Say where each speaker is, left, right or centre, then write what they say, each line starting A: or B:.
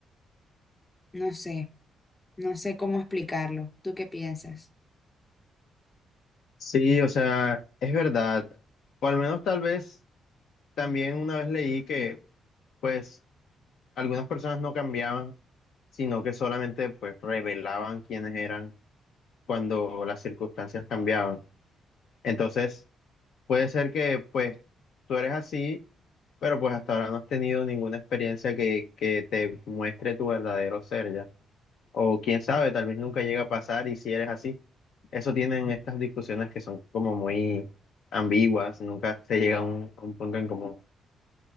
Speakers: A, on the left; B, on the left.
A: no sé, no sé cómo explicarlo. ¿Tú qué piensas?
B: Sí, o sea, es verdad. O al menos tal vez también una vez leí que pues algunas personas no cambiaban, sino que solamente pues revelaban quiénes eran cuando las circunstancias cambiaban. Entonces, puede ser que pues tú eres así, pero pues hasta ahora no has tenido ninguna experiencia que, que te muestre tu verdadero ser ya. O quién sabe, tal vez nunca llega a pasar y si eres así. Eso tienen estas discusiones que son como muy ambiguas, nunca se llega a un, a un punto en común.